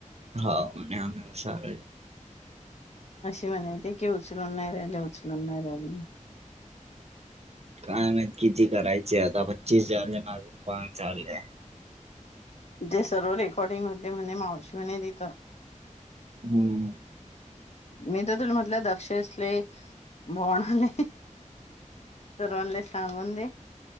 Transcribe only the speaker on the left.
अशी म्हणाती की उचलून नाही राहिले उचलून नाही राहिले
ते सर्व रेकॉर्डिंग होते म्हणे मावशी म्हणे दिथ हा
मी तर तु म्हटलं दक्षसले बणाले सर्वाल्े साबंदे